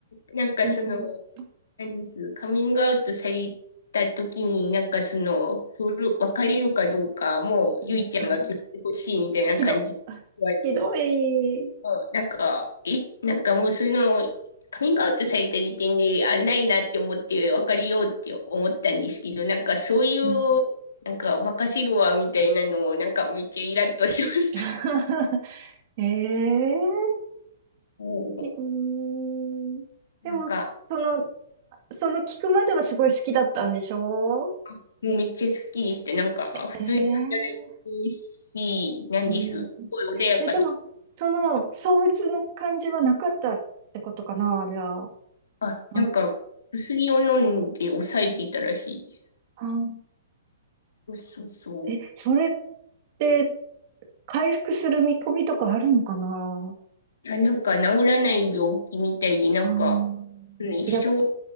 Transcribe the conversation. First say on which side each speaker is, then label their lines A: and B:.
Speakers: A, on the left; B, on the right.
A: なんかその、
B: うん
A: 何ですカミングアウトされた時に、なんかその、それ別れるかどうか、もう、
B: うんうん
A: ゆいちゃんが決めてほしいみたいな感じで言われて、
B: ひど、ひどい。
A: うんなんか、え、なんかもうその、カミングアウトされた時点で、あ、ないなって思って、別れようって思ったんですけど、なんかそういう、
B: うん
A: なんか、任せるわみたいなのを、なんかめっちゃイラッとしました。
B: <laughs> ええう
A: うん
B: <laughs> ーんでも、
A: なんか、
B: その、その聞くまではすごい好きだったんでしょ
A: あもうめっちゃ好きでした。なんか、普通に働いてるし、
B: ええ
A: なんです。
B: うん。
A: すごい穏やかで。
B: え、でも、その、相鬱の感じはなかったってことかな、じゃあ。
A: あ、なんか、
B: あ、
A: 薬を飲んで抑えていたらしいです。
B: あ
A: そうそうそう。
B: え、それって、回復する見込みとかあるのかな
A: いや、なんか、治らない病気みたいで、なんか、
B: あー
A: うん一生
B: いや、